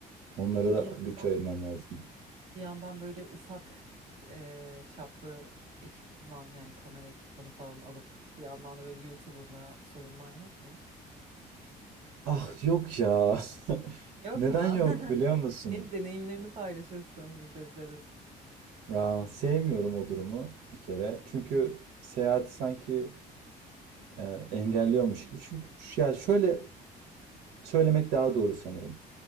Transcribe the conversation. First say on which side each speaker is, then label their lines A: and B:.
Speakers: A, on the right; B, on the right.
A: Onlara
B: Peki
A: da
B: bir yandan
A: bütçe ayırmam lazım.
B: bir yandan böyle ufak eee, çaplı ekipman yani kamera ekipmanı falan alıp bir yandan da böyle YouTuber'la soyunman yok mu?
A: Ah yok ya. <laughs>
B: Yok
A: Neden
B: mu?
A: yok
B: <laughs>
A: biliyor musun?
B: Niye deneyimlerini paylaşırsın biz de izleriz.
A: Ya, sevmiyorum o durumu bir kere. Çünkü
B: Hı hı.
A: seyahati sanki e, engelliyormuş gibi. Çünkü ş- ya şöyle söylemek daha doğru sanırım.